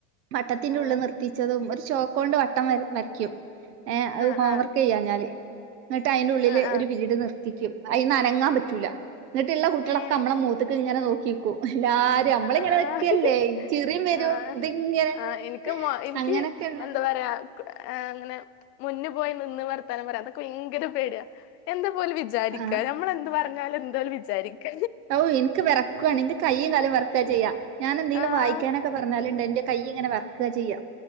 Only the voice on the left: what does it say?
ആഹ്
ആഹ്
ആഹ്
ആഹ് ആഹ്
ഏഹ്
ആഹ്
ആഹ്
ആഹ് എനിക്ക് മൊ എനിക്ക്
എന്താ പറയാ ക- ആ അങ്ങനെ മുന്നു പോയി നിന്ന് വർത്താനം പറയാൻ പ ഭയങ്കര പേടിയ എ എന്താ പോൽ വിചാരിക്കാ
നമ്മള് എന്ത് പറഞ്ഞ എന്താലും എന്തെ ബിസി
ആഹ്